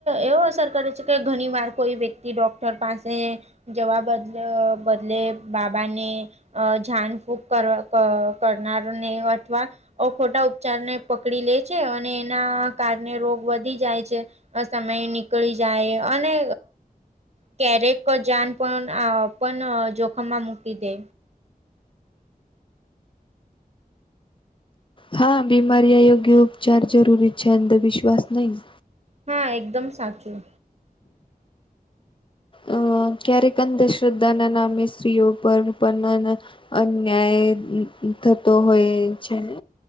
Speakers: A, on the right; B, on the left.
A: એવો અસર કરે છે કે ઘણી વાર કોઈ વ્યક્તિ ડોક્ટર પાસે જવા બદ બદલે બાબાને અ જાન ફૂક કરવા કરના નને અથવા અ ખોટા ઉપચાર ને પકડી લે છે અને એના કારણે રોગ વધી જાય છે. સમય નીકળી જાય અને ક્યારેક જાન પણ પણ જોખમમાં મૂકી દે.
B: હા બીમારી અ યોગ્ય ઉપચાર જરૂરી છે અંધવિશ્વાસ નહી.
A: હા એકદમ સાચું.
B: અ ક્યારેક અંધશ્રદ્ધા ના નામે સ્ત્રીઓ પર પણ અન્યાય થતો હોય છેને.